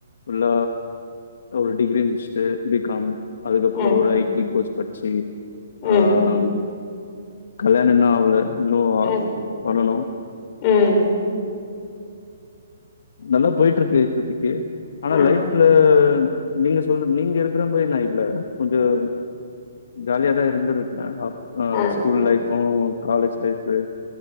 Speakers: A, on the left; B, on the left.
A: நல்ல ஒரு டிகிரி முடிச்சுட்டு பிகாம் அதுக்கப்புறம்
B: ம்
A: ஒரு ஐடி கோஸ்ட் பட்சி
B: ம்
A: ஆஹ் கல்யாணம் இன்னும் ஆவுல இனோ
B: ம்
A: பண்ணனும்
B: ம்
A: நல்லா போயிட்டு இருக்கு இப்பத்திக்கு ஆனா
B: ஆ
A: லைஃப்ல நீங்க சொல்ற நீங்க இருக்கிற மாரி நான் இல்ல கொஞ்சம் ஜாலியாதான் இருந்து இருக்கேன் ஆஹ்
B: ஆ
A: ஸ்கூல் லைஃப்பும் காலேஜ் லைஃப்பு